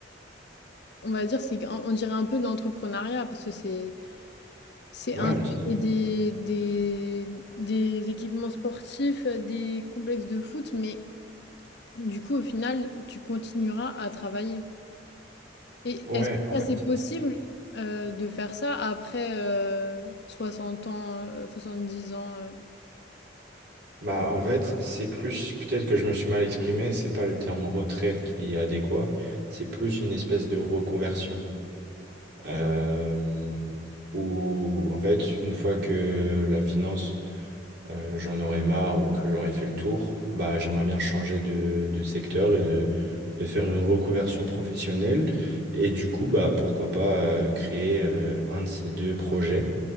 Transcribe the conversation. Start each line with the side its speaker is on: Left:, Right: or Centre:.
Left: on va dire, c'est, on on dirait un peu de l'entrepreneuriat, parce que c'est, c'est
Right: Ouais,
Left: installer
Right: un petit peu.
Left: des, des, des équipements sportifs, des complexes de foot, mais du coup, au final, tu continueras à travailler. Et
Right: Ouais,
Left: est-ce que
Right: en
Left: ça
Right: fait,
Left: c'est possible euh, de faire ça après euh, 60 ans, euh, 70 ans euh
Right: bah, en fait, c'est plus, peut-être que je me suis mal exprimé, c'est pas le terme retraite qui est adéquat, c'est plus une espèce de reconversion. Euh, où, en fait, une fois que la finance euh, j'en aurais marre ou que j'aurais fait le tour, bah, j'aimerais bien changer de, de secteur et de, de faire une reconversion professionnelle. Et du coup, bah, pourquoi pas euh, créer euh, un de ces deux projets